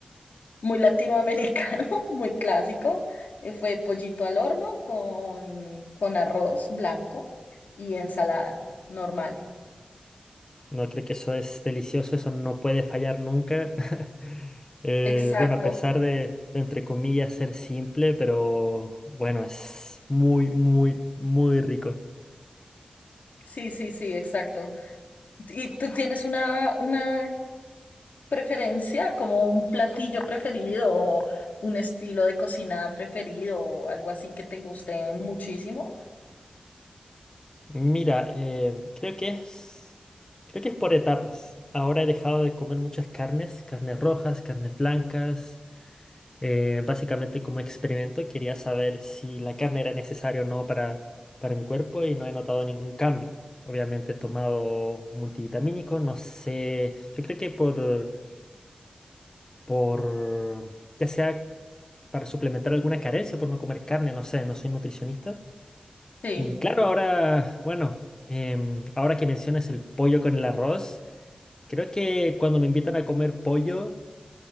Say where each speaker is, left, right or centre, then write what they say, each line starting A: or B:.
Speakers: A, on the left (about 85°); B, on the left (about 25°).
A: muy latinoamericano, <laughs> muy clásico. Eh, fue pollito al horno con, con arroz blanco y ensalada normal.
B: No, creo que eso es delicioso, eso no puede fallar nunca. <laughs> Eh,
A: Exacto.
B: bueno, a pesar de, de, entre comillas, ser simple, pero bueno, es muy, muy, muy rico.
A: Sí, sí, sí, exacto. ¿Y tú tienes una, una preferencia, como un platillo preferido o un estilo de cocina preferido o algo así que te guste muchísimo?
B: Mira, em, creo que es, creo que es por etapas. Ahora he dejado de comer muchas carnes, carnes rojas, carnes blancas. Eh, básicamente como experimento quería saber si la carne era necesaria o no para, para mi cuerpo y no he notado ningún cambio. Obviamente he tomado multivitamínicos, no sé, yo creo que por, por, ya sea para suplementar alguna carencia por no comer carne, no sé, no soy nutricionista.
A: Sí.
B: Y claro, ahora, bueno, em, ahora que mencionas el pollo con el arroz, Creo que cuando me invitan a comer pollo,